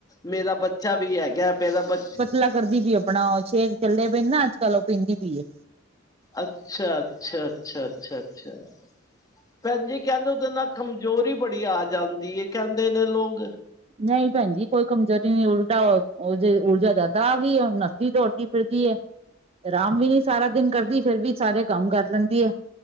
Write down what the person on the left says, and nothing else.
ਮੇਰਾ ਬੱਚਾ ਵੀ ਹੈਗੈ ਮੇਰਾ ਬ
ਅੱਛਾ, ਅੱਛਾ, ਅੱਛਾ, ਅੱਛਾ, ਅੱਛਾ। ਭੈਨ ਜੀ ਕੈਂਦੇ ਹੂੰਦੇ ਨਾ, ਕਮਜੋਰੀ ਬੜੀ ਆ ਜਾਂਦੀ ਏ ਕੈਂਦੇ ਨੇ ਲੋਗ।